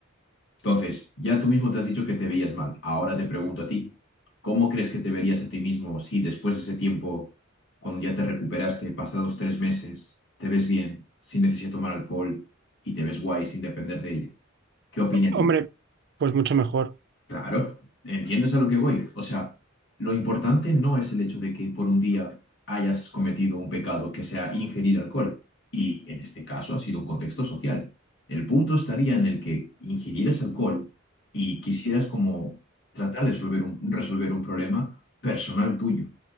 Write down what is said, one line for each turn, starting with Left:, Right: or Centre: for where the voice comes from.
Left: Entonces, ya tú mismo te has dicho que te veías mal. Ahora te pregunto a ti, ¿cómo crees que te verías a ti mismo si después de ese tiempo, cuando ya te recuperaste, pasados tres meses, te ves bien, sin necesidad de tomar alcohol y te ves guay sin depender de ello? ¿Qué opinarías?
Right: Hombre, pues mucho mejor.
Left: Claro, ¿entiendes a lo que voy? O sea, lo importante no es el hecho de que por un día hayas cometido un pecado que sea ingerir alcohol, y en este caso ha sido un contexto social. El punto estaría en el que ingirieras alcohol y quisieras como tratar de resolver un, resolver un problema personal tuyo,